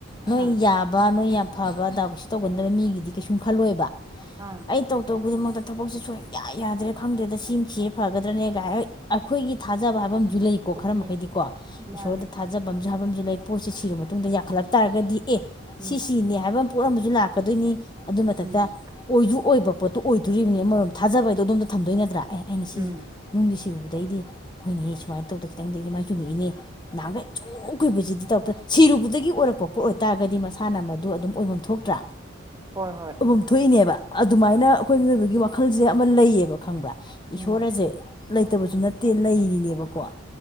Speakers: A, on the left; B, on the right.
A: ꯅꯣꯏ
B: ꯑꯥ
A: ꯌꯥꯕ ꯅꯣꯏ ꯌꯥꯝ ꯐꯕ ꯑꯗꯥ ꯀꯩꯁꯨ ꯇꯧꯒꯟꯗꯕ ꯃꯤꯒꯤꯗꯤ ꯀꯩꯁꯨꯝ ꯈꯜꯂꯣꯏꯕ
B: ꯑꯥ
A: ꯑꯩ ꯇꯧ ꯇꯧ ꯈꯨꯗꯃꯛꯇ ꯑ ꯊꯕꯛꯁꯦ ꯁꯨꯡꯌꯥ ꯌꯥꯗ꯭ꯔꯦ ꯈꯪꯗ꯭ꯔꯦꯗ ꯁꯤ ꯁꯤꯦ ꯐꯒꯗ꯭ꯔꯅꯦꯒꯥꯏ ꯍ ꯑꯩꯈꯣꯏꯒꯤ ꯊꯥꯖꯕ ꯍꯥꯏꯕ ꯑꯃ ꯁꯨ ꯂꯩꯀꯣ ꯈꯔ
B: ꯍꯣꯏꯅꯦ
A: ꯃꯈꯩꯗꯤꯀꯣ
B: ꯃꯥꯅꯦ
A: ꯏꯁꯣꯔꯗ ꯊꯥꯖꯐꯝꯁꯨ ꯍꯥꯏꯕꯝꯁꯨ ꯂꯩ ꯄꯣꯠꯁꯦ ꯁꯤꯔ ꯃꯇꯨꯡꯗ ꯌꯥꯈꯠꯂꯛ ꯇꯥꯔꯒꯗꯤ ꯑꯦ
B: ꯎꯝ
A: ꯁꯤꯁꯤꯅꯤ ꯍꯥꯏꯕ ꯑꯃ ꯄꯣꯠ ꯑꯃꯁꯨ ꯂꯥꯛꯀꯗꯣꯏꯅꯤ ꯑꯗꯨꯏ ꯃꯊꯛꯇ
B: ꯎꯝ
A: ꯑꯣꯏꯁꯨ ꯑꯣꯏꯕ ꯄꯣꯠꯇꯨ ꯑꯣꯏꯗꯣꯔꯤꯕꯅꯤ ꯑꯃꯔꯣꯝ ꯊꯥꯖꯕ ꯍꯥꯏꯗꯣ ꯑꯗꯣꯝꯗ ꯊꯝꯗꯣꯏ ꯅꯠꯇ꯭ꯔꯥ ꯑꯦ ꯑꯩꯅ
B: ꯎꯝ
A: ꯁꯤ ꯅꯨꯡꯒꯤ ꯁꯤꯕꯗ ꯑꯗꯩꯗꯤ ꯍꯣꯏꯅꯦ ꯁꯨꯃꯥꯏꯅ ꯇꯧꯗ ꯈꯤꯇꯪ ꯃꯥꯏ ꯆꯨꯝꯃꯤꯏꯅꯦ ꯅꯍꯥꯟꯈꯆ ꯀꯨꯏꯕꯁꯤꯗꯤ ꯇꯧ ꯆꯨꯕꯗꯒꯤ ꯑꯣꯏꯔꯛꯄ ꯄꯣꯠ ꯑꯣꯏꯇꯥꯔꯒꯗꯤ ꯃꯁꯥꯅ ꯃꯗꯨ ꯑꯗꯨꯝ ꯑꯣꯏꯐꯝ ꯊꯣꯛꯇ꯭ꯔꯥ
B: ꯍꯣꯏ ꯍꯣꯏ
A: ꯑꯐꯝ ꯊꯣꯛꯏꯅꯦꯕ ꯑꯗꯨꯃꯥꯏꯅ ꯑꯩꯈꯣꯏ ꯃꯤꯑꯣꯕꯒꯤ ꯋꯥꯈꯜ ꯃꯈꯜꯁꯦ ꯑꯃ ꯂꯩꯌꯦꯕ ꯈꯪꯕ꯭ꯔꯥ ꯏꯁꯣꯔ
B: ꯎꯝ
A: ꯑꯁꯦ ꯂꯩꯇꯕꯁꯨ ꯅꯠꯇꯦ ꯂꯩꯔꯤꯅꯦꯕꯀꯣ